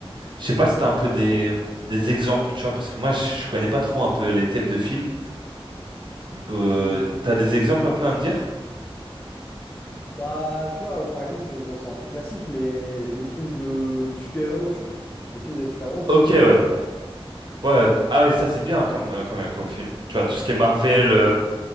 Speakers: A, on the right; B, on the left.
A: je sais pas si t'as un peu des, des exemples, tu vois, parce que moi, je connais pas trop un peu les thèmes de films. Du coup, euh,
B: Hmm,
A: t'as des exemples un peu à me dire?
B: bah, tu vois, euh, par exemple, euh, bon, c'est un peu classique, mais les films de, de super-héros, tu vois. Les films de super-héros, c'est
A: Ok,
B: typiquement
A: ouais.
B: là-dedans, tu vois.
A: Ouais. t- Ah oui, ça, c'est bien comme, euh, quand même comme film. Tu vois, tout ce qui est Marvel... euh,